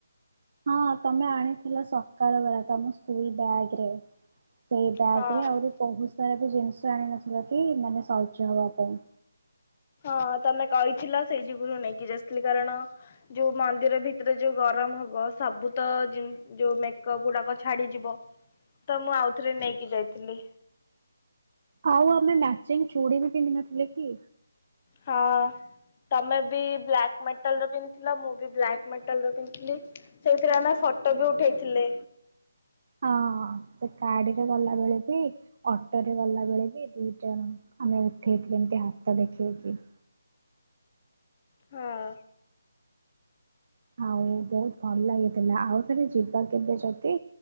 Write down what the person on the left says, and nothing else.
ହଁ
ହଁ ତମେ କହିଥିଲ ସେଇ ଯୁଗୁରୁ ନେଇକି ଯାଇଥିଲି କାରଣ ଯୋଉ ମନ୍ଦିର ଭିତରେ ଯୋଉ ଗରମ ହବ ସବୁ ତ ଯୋଉ ମେକଅପ ଗୁଡାକ ଛାଡିଯିବ ତ ମୁଁ ଆଉଥରେ ନେଇକି ଯାଇଥିଲି।
ହଁ ତମେ ବି ବ୍ଲାକ୍ ମେଟାଲ ର ପିନ୍ଧିଥିଲ ମୁଁ ବି ବ୍ଲାକ୍ ମେଟାଲ ର ପିନ୍ଧଥିଲି ସେଇଥିରେ ଆମେ ଫଟୋ ବି ଉଠେଇଥିଲେ।
ହଁ।